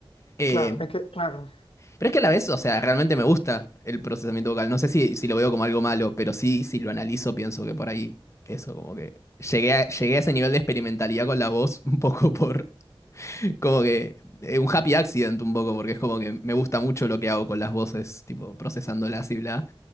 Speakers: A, on the left; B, on the left.
A: Eh,
B: claro, es que, claro,
A: Pero es que a la vez, o sea, realmente me gusta el procesamiento vocal. No sé si, si lo veo como algo malo, pero sí, si lo analizo, pienso que por ahí eso, como que llegué a, llegué a ese nivel de experimentalidad con la voz, un poco por, como que, eh, un happy accident, un poco, porque es como que me gusta mucho lo que hago con las voces, tipo, procesándolas y bla,